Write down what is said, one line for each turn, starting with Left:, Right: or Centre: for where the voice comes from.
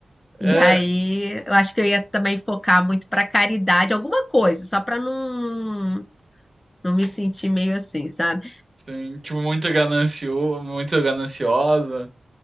Right: É,
Left: E aí, eu acho que eu ia também focar muito para caridade, alguma coisa, só para não Não me senti meio assim, sabe?
Right: sim, tipo, muito ganancioso, muito gananciosa,